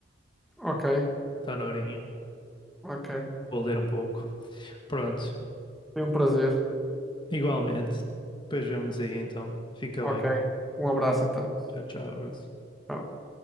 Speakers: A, in the centre; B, on the left.
A: Ok,
B: Está na horinha.
A: ok.
B: Vou ler um pouco. Pronto,
A: Foi um prazer.
B: Igualmente. Depois vemo-nos aí então. Fica
A: Ok.
B: bem.
A: Um abraço então.
B: Tchau, tchau, abraço.
A: Tchau.